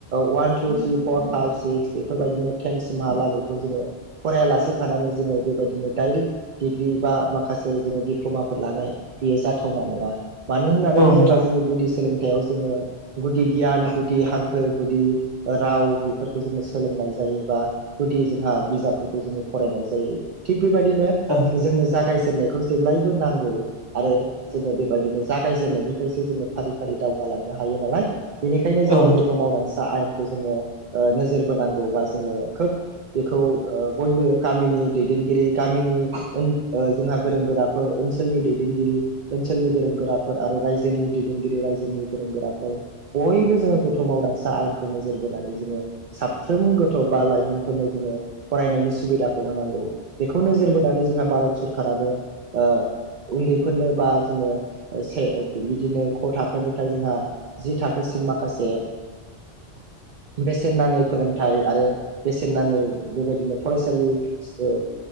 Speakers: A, on the right (about 50°); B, on the right (about 25°).
A: one two three four five six बेफोरबायदिनो टेन सिमहालागै जोङो फरायालासे थानानै जोङो बेबायदिनो दाइरेक्ट डिग्रि बा माखासे जोङो दिप्ल'मा फोर लानाय बेयो जाथावना नङा, मानो होननानै
B: औ
A: बुङोबा
B: नोंथां
A: जोङो गुदि सोलोंथाइयाव जोङो गुदि गियान गुदि हांखो गुदि राव बेफोरखौ जोङो सोलोंनाय जायोबा गुदि जोंहा बिजाबफोरखौ जोङो फरायनाय जायो थि बेबायदिनो
B: औ
A: जोंनो जागाय नायखौ जेब्लायबो नांगौ आरो जोङो बेबायदिनो जागायजेननायनिफ्रायसो जोङो फारि फारि दावगा लानो हायो नालाय बेनिखायनो जोङो
B: औ नोंथां
A: गथ' मावदांस आयेनखौ जोङो नोजोर बोनांगौ बा जोङो खोब बेखौ बयबो गामिनि दैदेनगिरि गामिनि जोंहा गोरों गोराफोर ओनसोलनि दैदेनगिरि ओनसोलनि गोरों गोराफोर आरो रायजोनि दैदेनगिरि रायजोनि गोरों गोराफोर बयबो जोङो गथ' मावदांसा आयेनखौ नोजोर बोनानै जोङो साफ्रोम गोथौ बा लाइमोनफोरनो जोङो फरायनायनि सुबिदाखौ होनांगौ बेखौ नोजोर बोनानै जोंहा भारत सरखाराबो ओ उन्दैफोरनो बा जोङो से बिदिनो ख थाखोनिफ्राय जोंहा जि थाखो <unintelligible> माखासे बेसेन नाङै फोरोंथाइ आरो बेसेन नाङै बेबायदिनो फरायसालि ओ